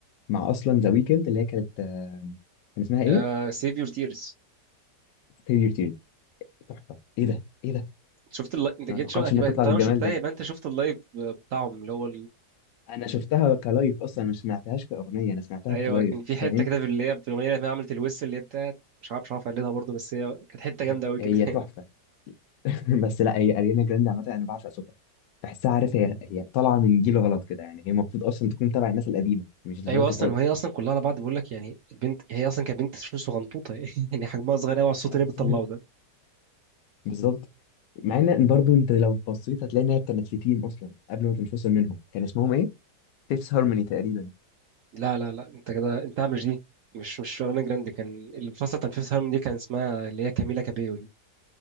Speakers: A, on the left; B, on the right.
A: مع أصلا ذا ويكند اللي هي كانت آه، كان اسمها إيه؟
B: آه سيف يور تيرز
A: Save Your Tears تحفة إيه ده؟ إيه ده؟
B: شفت اللايف انت جيت
A: أنا ما توقعتش
B: شو اكيد
A: إنها
B: بقى،
A: تطلع
B: طالما
A: بالجمال
B: شفتها
A: ده
B: يبقى انت شفت اللايف بتاعهم اللي هو
A: أنا شفتها كلايف أصلا ما سمعتهاش كأغنية أنا سمعتها
B: ايوه
A: كلايف
B: كان في حته
A: فاهم؟
B: كده في اللي هي في الاغنيه اللي هي عملت الويس اللي هي بتاعت مش عارف مش عارف اقلدها برضه بس هي كانت حته جامده
A: ه-
B: قوي كده
A: هي
B: <laughs>
A: تحفة <laughs> بس لا هي أريانا جراندي عامة أنا بعشق صوتها بحسها عارف هي هي طالعة من جيل غلط كده يعني هي المفروض أصلا تكون تبع الناس القديمة مش دلوقتي
B: ايوه اصلا
A: خالص
B: وهي اصلا كلها على بعض بقول لك يعني البنت هي اصلا كانت بنت شو صغنطوطه <laughs> يعني حجمها صغير قوي على الصوت
A: <laughs>
B: اللي هي بتطلعه ده
A: بالظبط مع ان برضه انت لو بصيت هتلاقي ان هي كانت في تيم اصلا قبل ما تنفصل منهم كان اسمهم ايه؟ فيفث هارموني تقريبا
B: لا لا لا انت كده انت مش دي مش مش اريانا جراندي كان اللي مفصل تنفيذ الهرمون دي كان اسمها اللي هي كاميلا كابيو دي